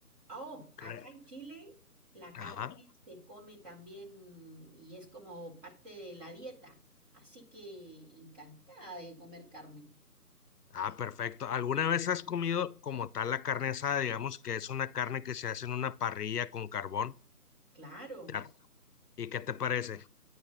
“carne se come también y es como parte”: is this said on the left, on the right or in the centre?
Right